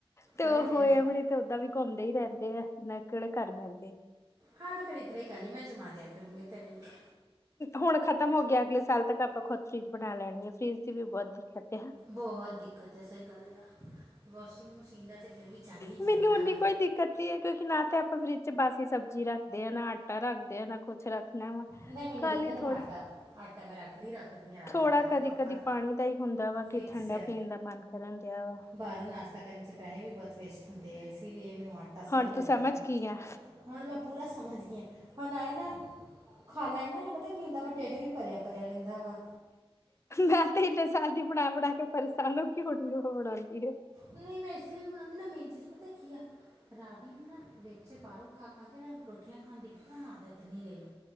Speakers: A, on the left; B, on the right.
A: ਤੇ
B: ਫਰਕ
A: ਉਹ ਹੋਏ
B: ਹੈ
A: ਹੁਣੀ ਤੇ ਓਦਾਂ ਵੀ ਘੁੰਮਦੇ ਹੀ ਰਹਿੰਦੇ ਆ ਮੈਂ ਕਿਹੜੇ ਘਰ ਬਹਿੰਦੇ।
B: ਹਾਂ ਤੇ ਫੇਰ ਇਤਰ੍ਹਾਂ ਹੀ ਕਰ ਲਈ ਮੈਂ ਜਮਾ ਦਿਆ ਕਰੂੰਗੀ ਤੇਰੇ ਲਈ।
A: ਹੁਣ ਖ਼ਤਮ ਹੋ ਗਿਆ ਅਗਲੇ ਸਾਲ ਤੱਕ ਆਪਾਂ ਖੁਦ ਫਰਿਜ ਬਣਾ ਲੈਣੀ ਆ ਫਰਿਜ ਦੀ ਵੀ ਬਹੁਤ ਦਿੱਕਤ ਆ।
B: ਬਹੁਤ ਦਿੱਕਤ ਆ ਸਹੀ ਗੱਲ ਆ, ਵਾਸ਼ਿੰਗ ਮਸ਼ੀਨ ਦਾ ਤੇ ਫਿਰ ਵੀ ਚੱਲ ਹੀ
A: ਮੈਨੂੰ
B: ਜਾਂਦਾ
A: ਉਨੀ
B: ਵਾ।
A: ਕੋਈ ਦਿੱਕਤ ਕਿਉਂਕਿ ਨਾ ਤੇ ਆਪਾਂ ਫਰਿੱਜ ਚ ਬਾਸੀ ਸਬਜ਼ੀ ਰੱਖਦੇ ਹਾਂ ਨਾ ਆਟਾ ਰੱਖਦੇ ਆ ਨਾ ਕੁੱਛ ਰੱਖ ਲੈ ਆਵਾ
B: ਨਹੀਂ ਮੈਨੂੰ
A: ਕੱਲ
B: ਦਿੱਕਤ
A: ਹੀ
B: ਹੈ
A: ਥੋੜਾ
B: ਮੈਂ ਆਟਾ ਆਟਾ ਮੈਂ ਰੱਖਦੀ ਰੱਖਦੀ ਆ ਰਾਤ
A: ਥੋੜਾ
B: ਵਾਲਾ ਤੇ
A: ਕਦੀ-ਕਦੀ
B: ਪੱਕਾ
A: ਪਾਣੀ ਦਾ ਹੀ ਹੁੰਦਾ ਵਾ ਕਿ
B: ਫਿਕਸ
A: ਠੰਡਾ
B: ਆ
A: ਪੀਣ ਦਾ ਮਨ ਕਰਨ ਦਿਆ ਵਾ।
B: ਬਾਹਰੋਂ ਨਾਸ਼ਤਾ ਕਰਨ ਚ ਪੈਹੈ ਵੀ ਬਹੁਤ ਵੇਸਟ ਹੁੰਦੇ ਆ ਇਸੀ ਲੀਏ ਮੈਨੂੰ ਆਟਾ ਸਹੀ
A: ਹੁਣ
B: ਲੱਗਦਾ
A: ਤੂੰ ਸਮਝ
B: ਵਾ।
A: ਗਈ ਆ
B: ਹੁਣ ਮੈਂ ਪੂਰਾ ਸਮਝ ਗਈ ਹਾਂ ਹੁਣ ਆਏ ਨਾ ਖਾ ਲੈਨੇ ਨਾ ਪਤਾ ਕੀ ਹੁੰਦਾ ਵਾ ਢਿੱਡ ਵੀ ਭਰਿਆ-ਭਰਿਆ ਰਹਿੰਦਾ ਵਾ।
A: ਮੈਂ ਤੇ ਇੰਨੇ ਸਾਲ ਦੀ ਬਣਾ-ਬਣਾ ਕੇ ਪਰੇਸ਼ਾਨ ਹੋ ਕੇ ਹੁਣ ਉਹ ਬਣਾਉਂਦੀ ਏ।
B: ਨਈ ਮੈਂ ਇਸ ਲਈ ਵੀ ਬਣਾਉਂਦੀ ਨ ਮੇਨ ਚੀਜ਼ ਪਤਾ ਕੀ ਆ ਰਾਤੀ ਨਾ ਵਿੱਚ ਬਾਹਰੋਂ ਖਾ ਖਾ ਕੇ ਰ ਰੋਟੀਆਂ ਖਾਣ ਦੀ ਇੱਕਦਮ ਆਦਤ ਨਈ ਰਹੀ।